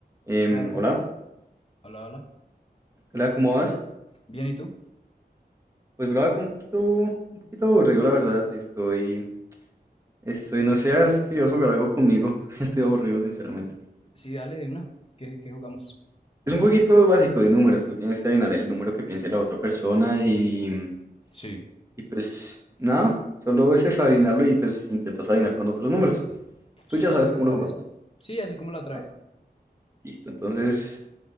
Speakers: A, on the right; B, on the left.
A: Em,
B: Hola, bro.
A: hola,
B: Hola, hola.
A: hola, ¿cómo vas?
B: Bien, ¿y tú?
A: Pues bro, acá un poquito, un poquito aburrido, la verdad. Estoy, estoy, no sé, a ver si querías jugar algo conmigo. <laughs> Estoy aburrido, sinceramente.
B: Sí, dale de una. ¿Qué, qué jugamos?
A: Es un jueguito básico de números. Tú tienes que adivinar el número que piense la otra persona y,
B: Sí.
A: y pues nada, solo es eso, adivinarlo y pues intentas adivinar con otros números.
B: Sí,
A: Tú ya
B: sí,
A: sabes
B: me
A: cómo
B: parece.
A: lo jugamos.
B: Sí, así como la
A: Listo,
B: traes.
A: Listo, entonces,